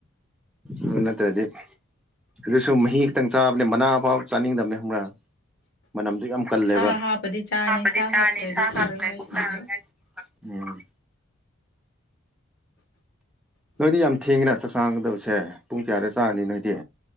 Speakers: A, in the centre; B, on the left (about 60°).
A: ꯑꯗꯨ ꯅꯠꯇ꯭ꯔꯗꯤ ꯑꯗꯨꯁꯨ ꯃꯍꯤ ꯈꯛꯇꯪ ꯆꯥꯕꯅꯦ ꯃꯅꯥ ꯐꯥꯎ ꯆꯥꯅꯤꯡꯗꯝꯅꯦ ꯈꯪꯕ꯭ꯔ ꯃꯅꯝꯗꫭ ꯌꯥꯝ ꯀꯜꯂꯦꯕ
B: ꯁꯥ ꯍꯥꯞꯄꯗꯤ ꯆꯥꯅꯤ
A: ꯍꯥꯞꯄꯗꯤ
B: ꯁꯥ
A: ꯆꯥꯅꯤ
B: ꯍꯥꯞꯇ꯭ꯔꯗꯤ
A: ꯁꯥ
B: ꯆꯥꯔꯣꯏ
A: ꯍꯥꯞꯇ꯭ꯔꯗꯤ
B: ꯍꯥꯏꯁꯤꯅꯦꯕ
A: ꯆꯥꯔꯣꯏ ꯍꯥꯏ ꯎꯝ ꯅꯣꯏꯗꯤ ꯌꯥꯝ ꯊꯦꯡꯉꯤꯅ ꯆꯥꯛ ꯆꯥꯒꯗꯕꯁꯦ ꯄꯨꯡ ꯀꯌꯥꯗ ꯆꯥꯒꯅꯤ ꯅꯣꯏꯗꯤ